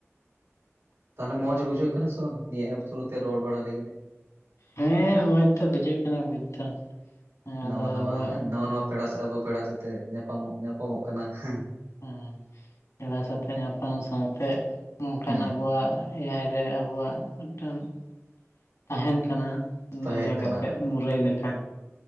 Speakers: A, on the right; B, on the left.
A: ᱛᱟᱦᱚᱞᱮ ᱢᱚᱡᱽ ᱵᱩᱡᱷᱟᱹᱜ ᱠᱟᱱᱟ ᱥᱮ ᱵᱟᱝ ᱱᱤᱭᱟᱹ ᱮᱯ ᱛᱷᱨᱩ ᱛᱮ ᱨᱚᱲ ᱵᱟᱲᱟ ᱞᱟᱹᱜᱤᱫ?
B: ᱦᱮᱸ ᱢᱚᱡᱽ ᱫᱚ ᱵᱩᱡᱷᱟᱹᱜ ᱠᱟᱱᱟ ᱵᱩᱡ ᱫᱚ᱾ ᱦᱮᱸ ᱟᱫᱚ
A: ᱱᱟᱣᱟ ᱱᱟᱣᱟ
B: ᱟᱵᱚ
A: ᱦᱮᱸ ᱱᱟᱣᱟ ᱱᱟᱣᱟ ᱯᱮᱲᱟ ᱥᱮ ᱟᱵᱚ ᱯᱮᱲᱟ ᱥᱟᱛᱮᱜ ᱧᱟᱯᱟᱢᱚᱜ ᱧᱟᱯᱟᱢᱚᱜ ᱠᱟᱱᱟ ᱦᱮᱸ᱾
B: ᱦᱮᱸ ᱯᱮᱲᱟ ᱥᱟᱛᱮᱜ ᱧᱟᱯᱟᱢ ᱥᱟᱶᱛᱮᱼᱼ ᱱᱚᱝᱠᱟᱱ
A: ᱦᱩᱸ
B: ᱟᱵᱩᱣᱟᱜ ᱮᱭᱟᱭ ᱨᱮ ᱟᱵᱩᱣᱟᱜ ᱢᱤᱫᱴᱟᱝᱼᱼ ᱛᱟᱦᱮᱱ ᱠᱟᱱᱟ
A: ᱛᱟᱦᱮᱱ
B: ᱤᱭᱟᱹ
A: ᱠᱟᱱᱟ
B: ᱠᱟᱛᱮᱫ ᱢᱩᱨᱟᱹᱭ ᱞᱮᱠᱟ᱾